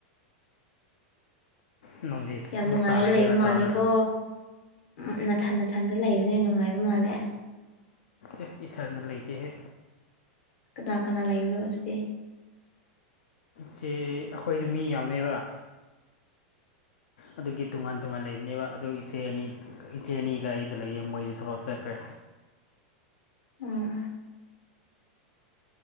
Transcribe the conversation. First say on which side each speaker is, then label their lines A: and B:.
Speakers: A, on the left; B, on the left.
A: ꯅꯨꯡꯊꯤꯟ
B: ꯌꯥꯝ
A: ꯑꯃꯨꯛ
B: ꯅꯨꯡꯉꯥꯏꯔ
A: ꯆꯥꯔꯒꯦꯅ
B: ꯂꯩꯕ
A: ꯇꯧꯔꯒ
B: ꯃꯥꯂꯦꯀꯣ ꯅꯅꯥꯊꯟ ꯅꯥꯊꯟꯗ ꯂꯩꯕꯅꯦ ꯅꯨꯡꯉꯥꯏꯕ ꯃꯥꯜꯂꯦ
A: ꯑꯦ ꯏꯊꯅ ꯂꯩꯇꯦꯍꯦ
B: ꯀꯅꯥ ꯀꯅꯥ ꯂꯩꯕ꯭ꯔꯣ ꯑꯗꯨꯗꯤ
A: ꯆꯦ ꯑꯩꯈꯣꯏꯗ ꯃꯤ ꯌꯥꯝꯃꯦꯕ ꯑꯗꯨꯒꯤ ꯇꯣꯉꯥꯟ ꯇꯣꯉꯥꯟ ꯂꯩꯕꯅꯦꯕ ꯑꯗꯨ ꯏꯆꯦ ꯑꯅꯤ ꯏꯆꯦ ꯑꯅꯤꯒ ꯑꯩꯗ ꯂꯩꯌꯦ ꯃꯣꯏꯗꯤ ꯊꯕꯛ ꯆꯠꯈ꯭ꯔꯦ
B: ꯎꯝ